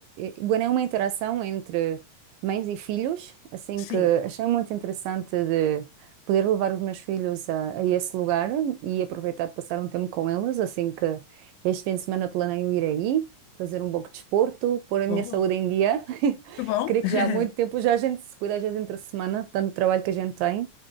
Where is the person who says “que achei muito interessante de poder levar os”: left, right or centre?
Right